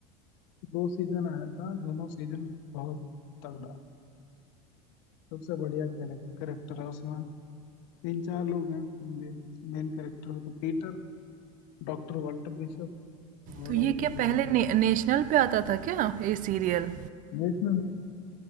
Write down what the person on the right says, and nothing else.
तो ये
क्या
पहले
ने नेशनल पे आता था क्या ये सीरियल?